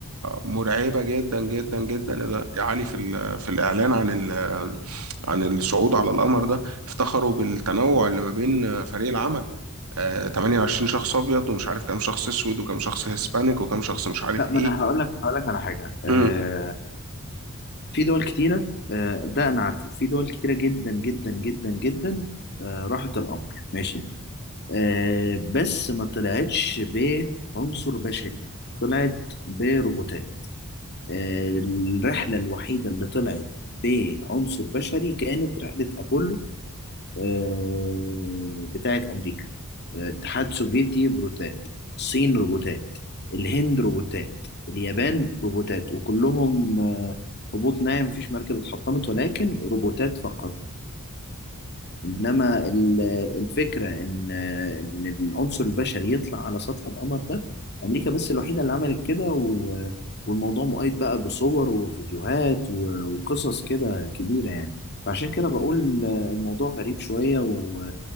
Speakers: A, on the right; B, on the left.
A: مرعبة جدا جدا جدا يا علي في ال- في الإعلان عن ال- عن الصعود على القمر ده افتخروا بالتنوع اللي ما بين فريق العمل آه، 28 شخص أبيض ومش عارف كام شخص أسود وكام شخص هيسبانيك وكام شخص مش عارف
B: لا ما انا هقول لك هقول لك على حاجه آه،
A: إيه
B: في دول كتيرة آه، ده أنا عارفه في دول كتيرة جدا جدا جدا جدا آه، راحت الأمر ماشي آه، بس ما طلعتش بعنصر بشري طلعت بروبوتات آه، الرحلة الوحيدة اللي طلعت بعنصر بشري كانت رحلة أبولو آه، بتاعة أمريكا آه، اتحاد سوفيتي روبوتات الصين روبوتات الهند روبوتات اليابان روبوتات وكلهم آه، هبوط ناعم مفيش مركبة اتحطمت ولكن روبوتات فقط إنما ال- الفكرة إن آه، إن العنصر البشري يطلع على سطح القمر ده أمريكا بس الوحيدة اللي عملت كده و- والموضوع مؤيد بقى بصور وفيديوهات و- وقصص كده كبيرة يعني فعشان كده بقول آه، الموضوع غريب شوية و